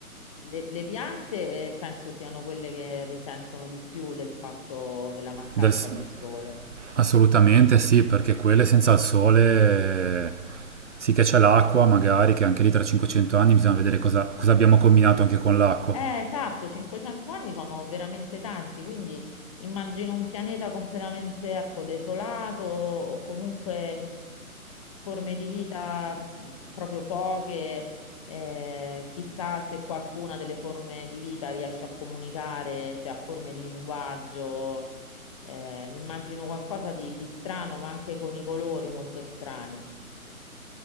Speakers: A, on the left; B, on the right.
A: Le, le piante eh, penso siano quelle che risentono di più del fatto della mancanza
B: Del-
A: del sole.
B: assolutamente
A: Ehm,
B: sì, perché quelle senza il sole eh, sì che c'è l'acqua, magari che anche lì tra 500 anni bisogna vedere cosa, cosa abbiamo combinato anche con l'acqua.
A: Eh, esatto, 500 anni sono veramente tanti, quindi immagino un pianeta completamente, ecco, desolato o comunque forme di vita mh, proprio poche. Eh, chissà se qualcuna delle forme di vita riesce a comunicare, se ha forme di linguaggio. Eh, mi immagino qualcosa di, di strano, ma anche con i colori molto strani.